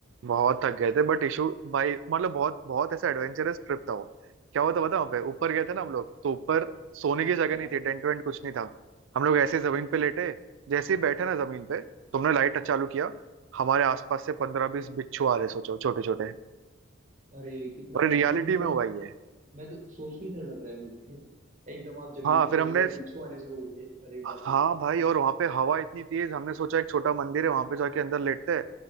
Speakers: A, on the right; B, on the right.
A: बहुत थक गए थे बट इशू भाई मतलब बहुत बहुत ऐसा एडवेंचरस ट्रिप था वो क्या हुआ था पता है वहाँ पे ऊपर गए थे ना हम लोग तो ऊपर सोने की जगह
B: हाँ
A: नहीं
B: हाँ।
A: थी टेंट वेंट कुछ नहीं था हम लोग ऐसे जमीन पे लेटे जैसे ही बैठे ना जमीन पे तुमने लाइट चालू किया हमारे आसपास से पंद्रह बीस बिच्छू आ रहे सोचो छोटे छोटे
B: अरे कितना
A: और
B: मतलब
A: रियलिटी
B: एकदम
A: में हुआ ये
B: मैं तो सोच के ही डर लग रहा है मुझे <laughs> एकदम आप जमीन
A: हाँ
B: पे
A: फिर
B: लेटे
A: हमने
B: और बिच्छू आने शुरू हो गए अरे बाप
A: हाँ
B: रे
A: भाई और वहां पे हवा इतनी तेज हमने सोचा एक छोटा मंदिर है वहां पे जाके अंदर लेटते हैं